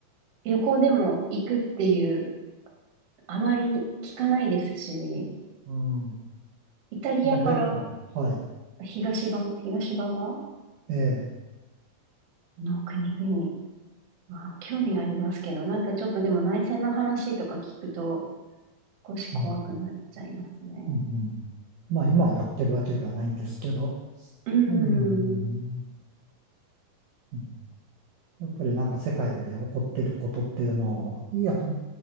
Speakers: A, on the right; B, on the right.
A: 旅行でも行くっていう、あまり聞かないですし、
B: うん。
A: イタリアから
B: まあでも、はい。
A: 東側、東側
B: ええ。
A: の国々、まあ、興味ありますけど、なんかちょっとでも内戦の話とか聞くと、少し怖くなっちゃいますね。
B: うん。うん。うんまあ今やってるわけではないんですけど。
A: うん。
B: うん。うんやっぱりなんか世界で起こってることっていうのを、やっぱ、